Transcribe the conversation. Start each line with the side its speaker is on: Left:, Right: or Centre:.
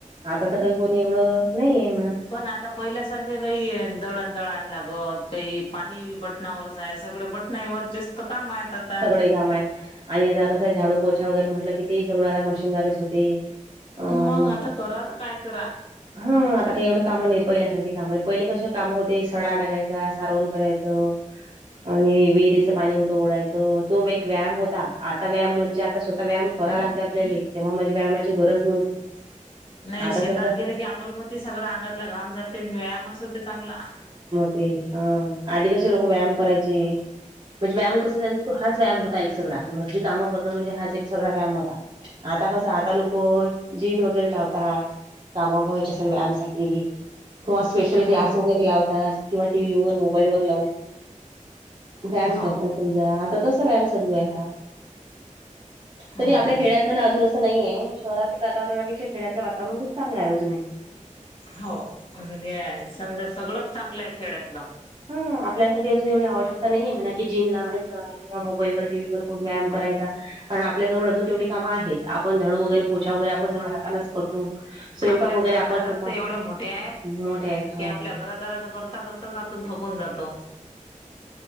Right: आता तर काही कोणी एवढं नाही आहे
Left: पण आता पहिल्यासारखं काही दळण दळण लागत काही पाणी बटनावरच आहे सगळे ब नाही वरचेच काम आहेत आता
Right: लई काम आहेत आणि आता कसं झाडू पोछा वगैरे म्हटलं की ते सगळं आता मशीनद्वारेच होते अं
Left: मग आता करा आता काय करा
Right: हा आता काही एवढे कामं नाही पहिल्यासारखे काम पहिले कसे कामं होते सडा टाकायचा सारवण करायचा आणि विहिरीचं पाणी होतं ओडायचं तो एक व्यायाम होता आता व्यायाम म्हणजे आता स्वतः व्यायाम करा लागते आपल्याला तेव्हा म्हणे व्यायामाची गरज नव्हती
Left: <unintelligible> नाही
Right: आता
Left: शेतात
Right: सगळं
Left: गेले की आपल म सगळं अंगातला घाम जाते व्यायामच होते चांगला
Right: ते हा आधी कसे लोक व्यायाम करायचे म्हणजे व्याया कसं त्यांचा तो हाच व्याम होता एकगळा घरची कामं करणं म्हणजे हा एकगळा व्यायाम होता. आता कसं आता लोक जीन वगैरे लावतात कामाग वयच्या स व्यायामसाठी किंवा स्पेशल
Left: हम्म
Right: क्लास वगैरे लावतात किंवा टीव्ही ववर मोबाईल वर लावून व्यायाम
Left: हा
Right: करतात तुमझा आता तसा व्यायाम चालू आहे हा
Left: हम्म
Right: तरी आपल्या खेड्यात म्हण अजून नाहीे आहे शहरातील वातावरणापेक्षा खेड्यातलं वातावरण खूप चांगलं आहे अजून आहे.
Left: हो समजा सगळंच चांगलं आहे खेड्यातलं
Right: ह आपल्याला तरी अजून एवढी आवश्यकता नाही आहे म्हणा कि जिन लावायच किंवा मोबाईलवर टी व्हीवर पाहून व्यायाम करायचा. कारण आपल्या जवळ अजून तेवटी कामं आहेत आपण झाडू वगैरे पोछा वगैरे आपण जवळ हातालाच करतो. स्वयंपाक
Left: आपले
Right: वगैरे
Left: घरदारच
Right: आपण स्वतः
Left: तर एवढे मोठे आहेत
Right: मोठे आहेत हो
Left: की आपल्या घरदाराच कर करताच आपण थकून जातो.